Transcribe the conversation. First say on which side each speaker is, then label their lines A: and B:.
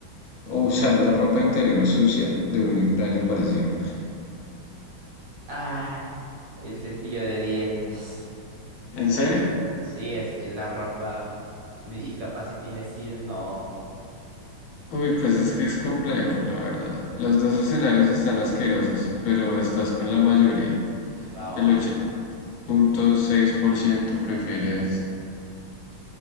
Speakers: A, on the left (about 80°); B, on the right (about 55°).
A: ¿O usar la ropa interior sucia de un extraño para siempre?
B: ah El cepillo de dientes.
A: ¿En serio?
B: Sí, es que la ropa. Y capaz si tiene SIDA, no.
A: Uy, pues es que es complejo, la verdad. Los dos escenarios están asquerosos, pero estás con la mayoría.
B: Vamos.
A: El 81.6% prefiere ese.